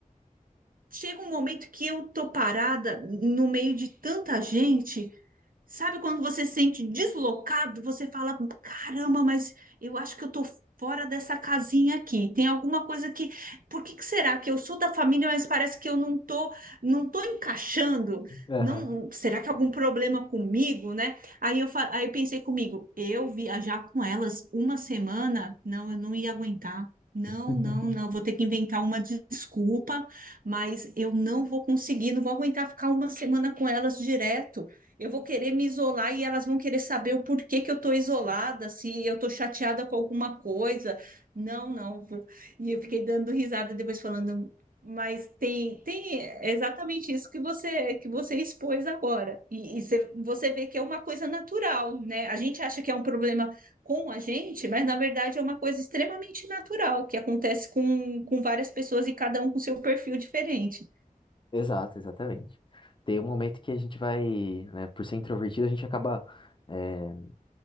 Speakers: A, on the right (about 75°); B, on the left (about 35°).
A: chega um momento que eu tô parada no meio de tanta gente Sabe quando você se sente deslocado, você fala, caramba, mas eu acho que eu tô fora dessa casinha aqui. Tem alguma coisa que, por que que será que eu sou da família, mas parece que eu não tô, não tô encaixando?
B: Aham.
A: Não, será que é algum problema comigo, né? Aí eu, fa- aí eu pensei comigo, eu viajar com elas uma semana, não, eu não ia aguentar. Não,
B: <laughs>
A: não, não, vou ter que inventar uma desculpa, mas eu não vou conseguir, não vou aguentar ficar uma semana com elas direto. Eu vou querer me isolar e elas vão querer saber o porquê que eu estou isolada, se eu estou chateada com alguma coisa. Não, não. vou- E eu fiquei dando risada depois falando, mas tem, tem exatamente isso que você que você expôs agora. E, e você você vê que é uma coisa natural, né? A gente acha que é um problema com a gente, mas na verdade é uma coisa extremamente natural que acontece com, com várias pessoas e cada um com seu perfil diferente.
B: Exato, exatamente. Tem um momento que a gente vai, né, por ser introvertido, a gente acaba, é,